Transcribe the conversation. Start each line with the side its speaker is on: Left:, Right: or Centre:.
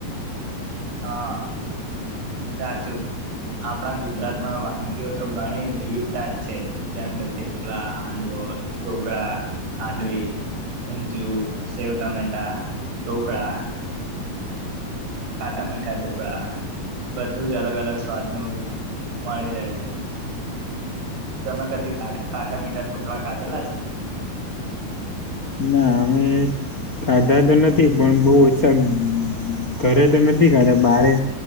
Right: હા સાચું આપણા ગુજરાતમાં વાનગીઓ તો ઘણી વિવિધતા છે જેમ કે થેપલા હાંડવો ઢોકળા ખાંડવી ઊદિયું સેવ ટામેટા ઢોકળા ખાટા મીઠા તો બધું જ અલગ અલગ સ્વાદ નું મળી રહે છે તમે કદી ખાટા મીઠા છો <unintelligible> ખાધેલા છે
Left: ના અમે ખાધા તો નથી પણ બહ ઓછા ઘરે તો નથી ખાધા બારે